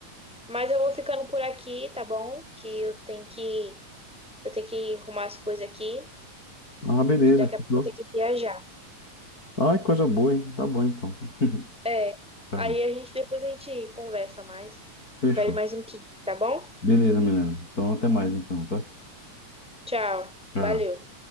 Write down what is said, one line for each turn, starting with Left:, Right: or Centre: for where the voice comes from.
Centre: Mas eu vou ficando por aqui, tá bom? Que eu tenho que eu tenho que arrumar as coisas aqui,
Left: Ah, beleza,
Centre: que daqui
Left: fechou.
Centre: a pouco eu tenho que viajar.
Left: Ai, coisa boa, hein? Tá bom então. <laughs>
Centre: É.
Left: Tá
Centre: Aí
Left: bom.
Centre: a gente depois a gente conversa mais,
Left: Fechou.
Centre: faz mais um kit, tá bom?
Left: Beleza, Milena. Então até mais então, tá?
Centre: Tchau.
Left: Tchau.
Centre: Valeu.